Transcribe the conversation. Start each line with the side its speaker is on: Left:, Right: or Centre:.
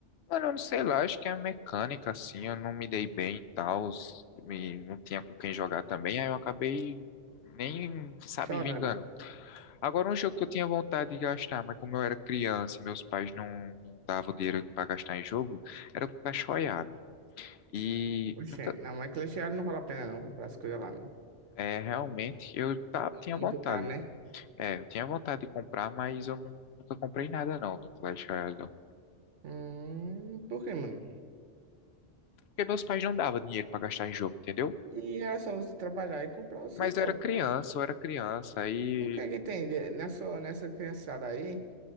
Left: Mano, eu não sei lá, acho que é a mecânica, assim, eu não me dei bem e tal, e não tinha com quem jogar também, aí eu acabei nem, sabe,
Right: Chorando.
Left: vingando. Agora, um jogo que eu tinha vontade de gastar, mas como eu era criança e meus pais não, não davam dinheiro pra gastar em jogo, era o Clash Royale. E
Right: Oxê,
Left: nunca,
Right: não, mas Clash Royale não vale a pena não comprar as coisas lá, não.
Left: é, realmente, eu ta-
Right: Tudo
Left: tinha
Right: muito
Left: vontade.
Right: caro, né?
Left: É, eu tinha vontade de comprar, mas eu nu- nunca comprei nada não no Clash Royale, não.
Right: Hum, por quê, mano?
Left: Porque meus pais não davam dinheiro pra gastar em jogo, entendeu?
Right: E era só você trabalhar e comprar o
Left: Mas
Right: seu próprio.
Left: eu era criança, eu era criança, aí
Right: E O que é que tem de- nessa, nessa criançada aí?